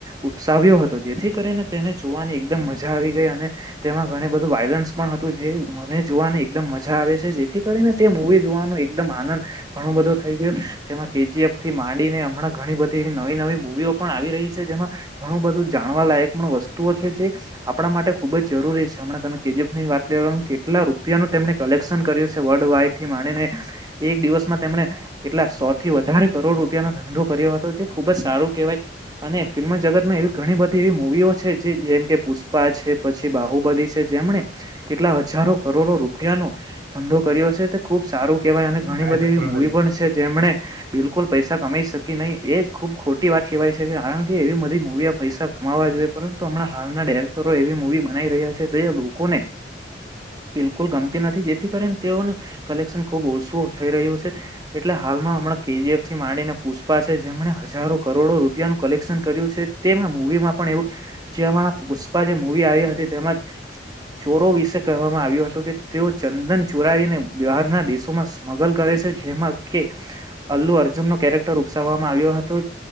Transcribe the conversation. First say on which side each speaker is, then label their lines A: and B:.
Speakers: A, on the right; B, on the right.
A: ઉપસાવ્યો હતો જેથી કરીને તેને જોવાની એકદમ મજા આવી ગઈ અને તેમાં ઘણ બધું વાયલન્સ પણ હતું જે મને જોવાની એકદમ મજા આવે છે જેથી કરીને તે મવી જોવાનું એકદમ આનંદ ઘણો બધો થઈ ગયો કેજીમ થી માંડીને હમણાં ઘણી બધી એવી નવી નવી મુવીઓ પણ આવી રહી છે જેમાં ઘણું બધું જાણવાલાયક પણ વસ્તુઓ છે જે આપણા માટે ખુબ જ જરૂરી છેમ તમે કેફની વાત લે કેટ રૂપિયાનું તેમને કલેક્શન કર્યું છે વર્લ્ડ વાડ થી માનીને એક દિવસમાં તેમને કેટલા સો થી વધારે કરોડ રૂપિયાનોો ધંધો કર્યો હતો જે ખુબ જ સારું કેહેવાય અને ફિલ્મ જગતમાં એવી ઘણી બધી એવી મૂવીઓ છે જે જેમ કે પુષ્પા છે પછી બાહુબલી છે જેમણે કેટલા હજારો કરોડો રૂપિયાનોો ધંધો કર્યો છે તે ખુબ સારું કહેવાય અને ઘણી
B: ગાય
A: બધી
B: ચપલ
A: એવી મુવી
B: લઈ
A: પણ છે જેમને બિલકુલ પૈસા કમાઈ શકી નહીિ એ ખુબ ખોટી વાત સહેવાય શકે કારણ કે એવી બધી મુૂવીઓ પૈસા કમાવા જોઈએ પરંતુ હમણાં હાલના ડેરેક્ટરો એવી મુવી બનાવી રહ્યા છે લોકોને બિલકુલ ગમતી નથી જેથી કરીને તેઓનું કલેક્શન ખુબ ઓછું થઈ રહ્યું છે એટલે હાલમાં હમણાં કેજીએફથી માંડીને પુષ્પા છે જેમણે હજારો કરોડો રૂપિયાનુંું કલેક્શન કર્યું છે તેમાં મવીમાં પણ એવું જેમાં પુષ્પા જે મવી આવી હતી તેજ ચોરો વિશે કહેવામાં આવ્યો હતું કે તેઓ ચંદન ચોરાવીને બહારના દેશોમાં સ્મગલ કરે છે જેમાં કે અલ્લુ અર્જુન નો કેરેક્ટર ઉપસાવવામાં આવ્યો હતો